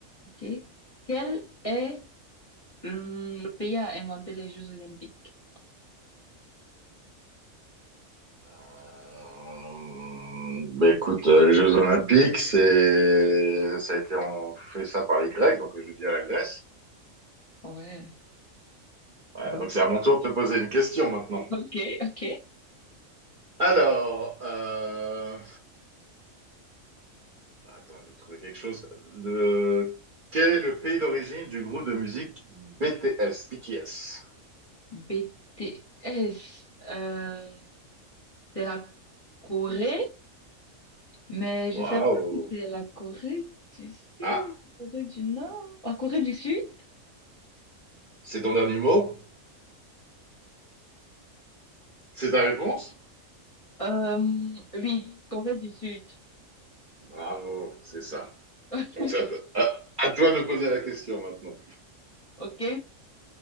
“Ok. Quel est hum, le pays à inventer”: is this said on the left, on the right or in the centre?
Left